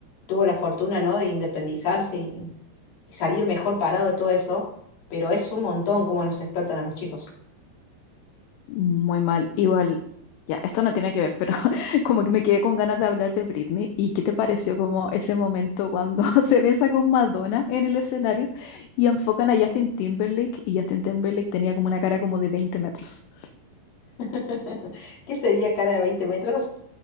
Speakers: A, on the left; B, on the left.
A: tuvo la fortuna, ¿no? de independizarse y, y salir mejor parado de todo eso, pero es un montón cómo los explotan a los chicos.
B: Muy mal. Igual, ya, esto no tiene que ver, pero <laughs> como que me quedé con ganas de hablar de Britney. ¿Y qué te pareció como ese momento cuando <laughs> se besa con Madonna en el escenario y enfocan a Justin Timberlake y Justin Timberlake tenía como una cara como de veinte metros?
A: <laughs> ¿Qué sería cara de veinte metros?